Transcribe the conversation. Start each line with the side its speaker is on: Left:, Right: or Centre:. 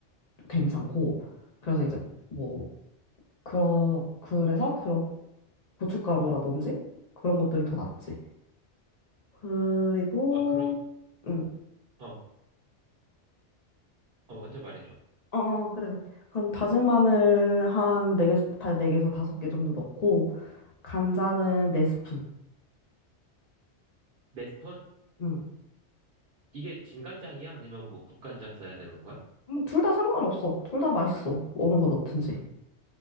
Left: 괜찮고, 그래서 이제 뭐, 그러, 그래서 그런 고춧가루라든지 그런 것들이 더 낫지. 그리고,
Right: 어, 아, 아, 그럼,
Left: 음.
Right: 어, 어, 먼저 말해줘.
Left: 어, 어, 그래. 그럼 다진 마늘 한 4개, 다 네 개에서 다섯 개에서 5개 정도 넣고, 간장은 4스푼.
Right: 네 스푼?
Left: 응.
Right: 이게 진간장이야? 아니면 뭐 국간장 써야 되는 거야?
Left: 음, 둘다 상관없어. 둘 다 맛있어. 어느 거 넣든지.